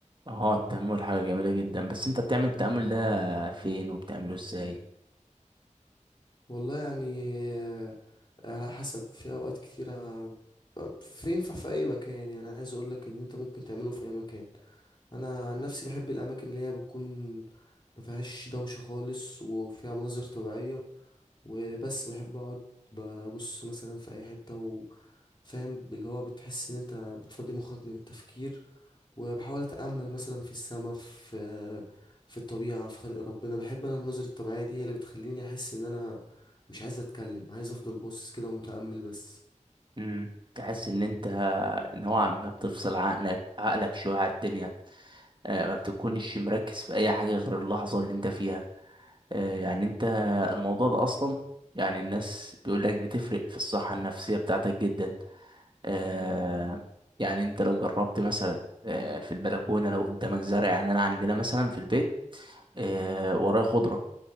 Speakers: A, on the right (about 40°); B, on the left (about 35°).
A: اه التأمل حاجة جميلة جدا بس انت بتعمل التأمل ده فين وبتعمله ازاي
B: والله يعني آه، على حسب في اوقات كتيره آه، في ينفع في اي مكان يعني عايز اقولك ان انت ممكن تعمله في اي مكان انا عن نفسي بحب الاماكن اللي هي بتكون ما فيهاش دوشه خالص وفيها مناظر طبيعيه وبس بحب اقعد ببص مثلا في اي حته وفاهم اللي هو بتحس ان انت بتفضي مخك من التفكير وبحاول اتامل مثلا في السماء في في الطبيعه في خلق ربنا بحب انا المناظر الطبيعيه دي هي اللي بتخليني احس ان انا مش عايز اتكلم عايز افضل باصص كده ومتامل بس
A: امم تحس ان انت نوعا ما بتفصل عقلك عقلك شوية على الدنيا آه ما بتكونش مركز في اي حاجة غير اللحظة اللي انت فيها آه يعني انت الموضوع ده اصلا يعني الناس بيقول لك بتفرق في الصحة النفسية بتاعتك جدا آه يعني انت لو جربت مثلا آه في البلكونة لو قدامك زرع يعني انا عندنا مثلا في البيت آه ورايا خضرة